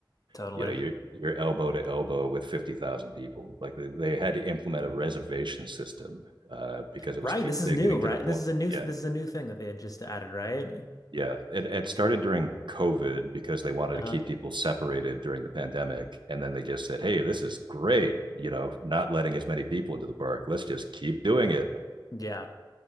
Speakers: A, on the left; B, on the right.
A: totally.
B: you know, you're you're elbow to elbow with fifty thousand people. Like they, they had to implement a reservation system uh, because it
A: Right.
B: was
A: This is
B: they're
A: new,
B: getting
A: right?
B: to the point.
A: This is a new
B: Yeah,
A: this is a new thing that they had just added, right?
B: yeah, it, it started during COVID because they wanted
A: Uh-huh.
B: to keep people separated during the pandemic. And then they just said, hey, this is great, you know, not letting as many people into the park. Let's just keep doing it.
A: Yeah.